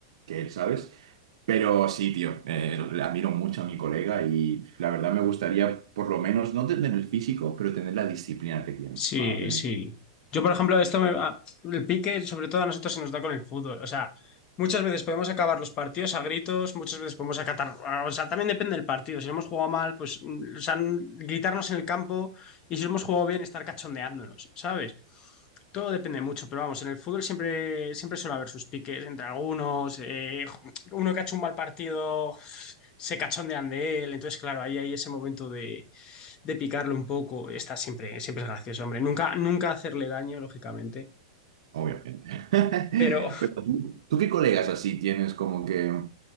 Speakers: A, on the right; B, on the left.
A: que él, ¿sabes? Pero sí, tío, eh, le admiro mucho a mi colega y la verdad me gustaría, por lo menos, no tener el físico, pero tener la disciplina que tiene
B: sí,
A: para tener
B: sí. Yo, por ejemplo, esto me... ah, el pique, sobre todo a nosotros se nos da con el fútbol. O sea, muchas veces podemos acabar los partidos a gritos, muchas veces podemos acatar... ah, O sea, también depende del partido. Si hemos jugado mal, pues, mm, o sea, n- gritarnos en el campo y si hemos jugado bien, estar cachondeándonos, ¿sabes? Todo depende mucho, pero vamos, en el fútbol siempre, siempre suele haber sus piques entre algunos, eh, uno que ha hecho un mal partido se cachondean de él, entonces claro, ahí hay ese momento de, de picarlo un poco, está siempre, siempre es gracioso, hombre, nunca, nunca hacerle daño, lógicamente,
A: Obviamente. <laughs>
B: pero,
A: Pero tú, ¿tú qué colegas así tienes como que,